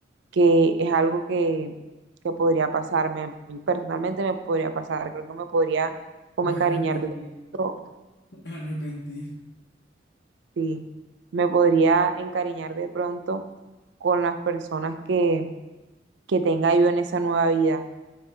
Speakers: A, on the right; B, on the left.
A: que es algo que, que podría pasarme, a mí personalmente me podría pasar, creo que me podría como
B: No
A: encariñar
B: arrepentir,
A: de pronto,
B: arrepentir. <laughs>
A: sí, me podría encariñar de pronto con las personas que, que tenga yo en esa nueva vida